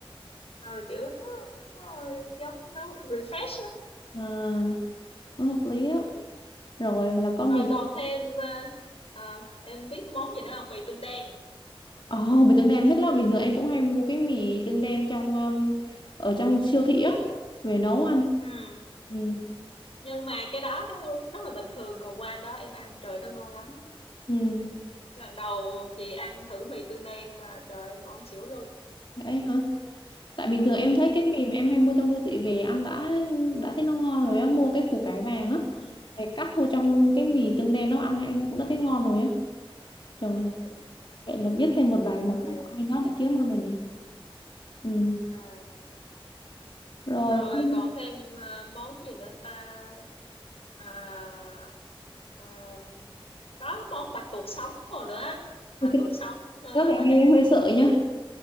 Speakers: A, on the left; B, on the left.
A: ờ kiểu nó, nó giống nó refresh á
B: À, nó hợp lý đó. Rồi là có mì.
A: rồi còn thêm ờ, ờ, em biết món gì nữa không mì tương đen
B: Ồ, mì tương đen em thích lắm. Bình thường em cũng hay mua cái mì tương đen trong um, ở trong siêu thị á về nấu ăn.
A: ừ.
B: Ừ.
A: nhưng mà cái đó nó rất là bình thường còn qua đó em ăn trời nó ngon lắm
B: Ừ.
A: lần đầu chị ăn thử mì tương đen mà trời ơi, ngon xỉu luôn
B: Đấy hả? Tại bình thường em thấy
A: ừ.
B: cái mì mà em hay mua trong siêu thị về ăn đã đã thấy nó ngon rồi á, mua cái củ cải vàng á.
A: ừ
B: Để cắt vô trong
A: Ừ,
B: cái mì tương đen đó ăn em cũng đã thấy ngon rồi á. Trời,
A: ừ.
B: vậy là biết thêm một vài
A: rồi
B: món ở bên đó để kiếm ăn rồi nè.
A: ừ
B: Ừ.
A: à,
B: rồi
A: rồi
B: không
A: còn thêm ờ, món gì nữa ta à, ờ, có món bạch tuộc sống rồi nữa á. bạch
B: thì cái
A: tuộc sống ờ,
B: đó thì em
A: hồi nãy
B: em em hơi sợ nhá
A: chung